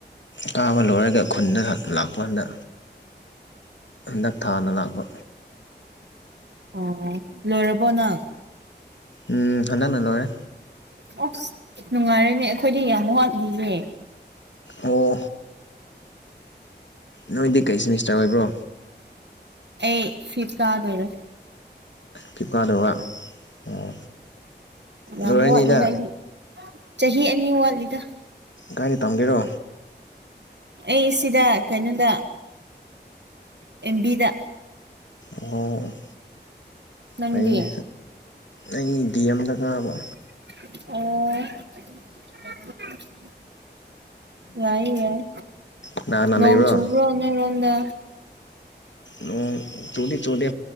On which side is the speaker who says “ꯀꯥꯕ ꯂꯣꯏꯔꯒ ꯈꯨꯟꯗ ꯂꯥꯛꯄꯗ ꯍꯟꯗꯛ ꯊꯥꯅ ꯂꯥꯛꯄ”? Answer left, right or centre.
Left